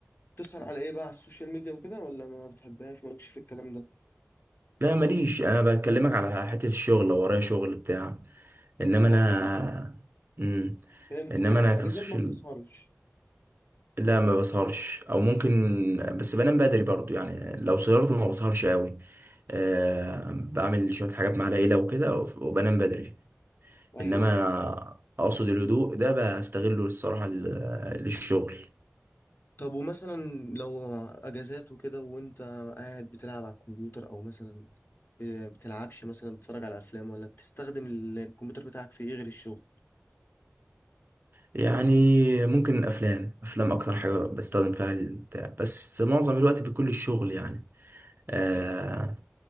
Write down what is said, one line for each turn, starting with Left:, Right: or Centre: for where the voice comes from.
Left: بتسهر على ايه بقى على السوشيال ميديا وكده ولا ما بتحبهاش مالكش في الكلام ده
Right: لا ماليش انا بكلمك على حتة الشغل لو ورايا شغل بتاع انما
Left: اه
Right: انا مم.
Left: فهمتك
Right: انما
Left: يعني
Right: انا
Left: في الاجازات
Right: كسوشيال
Left: ما بتسهرش
Right: لا ما بسهرش او ممكن بس بنام بدري برضو يعني لو سهرت ما بسهرش قوي آه بعمل شوية حاجات مع العيلة وكده وبنام بدري
Left: ايوه
Right: انما
Left: أيوة.
Right: انا اقصد الهدوء ده بستغله الصراحه لل- للشغل
Left: طب ومثلا لو اجازات وكده وانت قاعد بتلعب على الكمبيوتر او مثلا ب- بتلعبش مثلا بتتفرج على افلام ولا بتستخدم ال- الكمبيوتر بتاعك في ايه غير الشغل
Right: يعني ممكن الافلام افلام اكتر حاجه بستخدم فيها البتاع بس معظم الوقت بيكون للشغل يعني آه